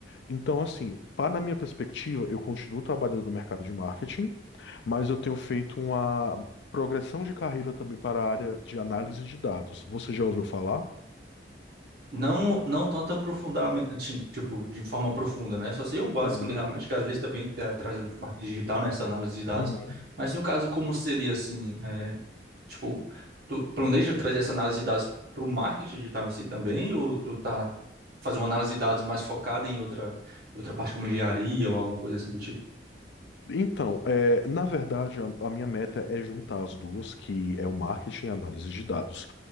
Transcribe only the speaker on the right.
Não, não tanto aprofundamento, assim, tipo, de forma profunda, né? Só sei o básico
ali realmente, que às vezes também tá trazendo para o marketing digital, né? Essa análise de dados.
Mas no caso, como seria assim, é, tipo, tu planeja trazer essa análise de dados para o marketing digital em si também, ou tu tá fazendo uma análise de dados mais focada em outra, em outra parte como engenharia ou alguma coisa assim do tipo?